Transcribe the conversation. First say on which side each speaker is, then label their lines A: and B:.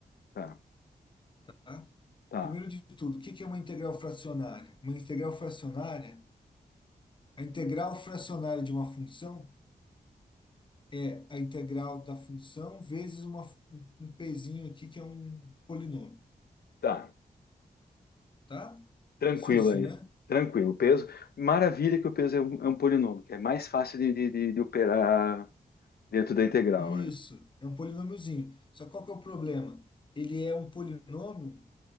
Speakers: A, on the left (about 70°); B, on the left (about 30°).
A: Tá,
B: tá?
A: tá,
B: Primeiro de tudo, o que que é uma integral fracionária? Uma integral fracionária, a integral fracionária de uma função é a integral da função vezes uma, um um pezinho aqui que é um polinômio,
A: tá.
B: tá?
A: Tranquilo
B: SUSS,
A: aí.
B: né?
A: Tranquilo. Peso. Maravilha que o peso é um, é um polinômio, que é mais fácil de, de- de- de operar dentro da integral,
B: Isso,
A: né?
B: é um polinômiozinho. Só que qual que é o problema? Ele é um polinômio